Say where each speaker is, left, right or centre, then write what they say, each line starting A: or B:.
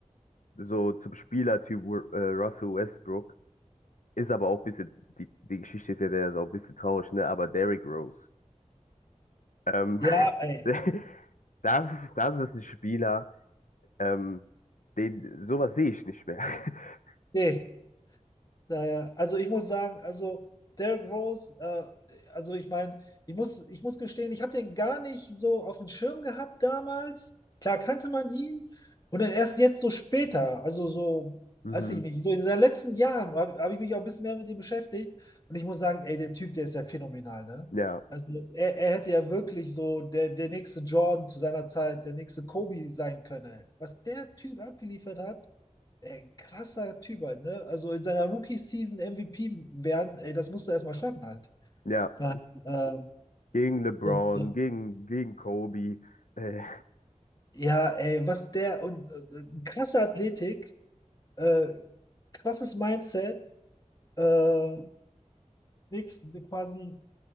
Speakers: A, on the left; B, on the left.
A: So zum Spielertyp Ru- äh, Russell Westbrook. Ist aber auch ein bisschen, die, die Geschichte ist ja der ist auch ein bisschen traurig, ne? Aber Derrick Rose, ähm,
B: Ja, ey.
A: <laughs> das, das ist ein Spieler, ähm, den, sowas sehe ich nicht mehr. <laughs>
B: Nee. Naja, also ich muss sagen, also Derrick Rose, äh, also ich meine, ich muss, ich muss gestehen, ich habe den gar nicht so auf dem Schirm gehabt damals. Klar kannte man ihn und dann erst jetzt so später, also so,
A: Mhm.
B: weiß ich nicht, so in den letzten Jahren habe hab ich mich auch ein bisschen mehr mit ihm beschäftigt und ich muss sagen, ey, der Typ, der ist ja phänomenal, ne?
A: Ja,
B: Also er, er hätte ja wirklich so der, der nächste Jordan zu seiner Zeit, der nächste Kobe sein können. Was der Typ abgeliefert hat, Ey, krasser Typ halt, ne? Also in seiner Rookie-Season MVP werden, ey, das musst du erstmal schaffen halt.
A: ja.
B: Da, ähm,
A: Gegen LeBron,
B: und, äh,
A: gegen, gegen Kobe. Äh,
B: ja, ey, was der und äh, krasse Athletik, äh, krasses Mindset, äh, nix, quasi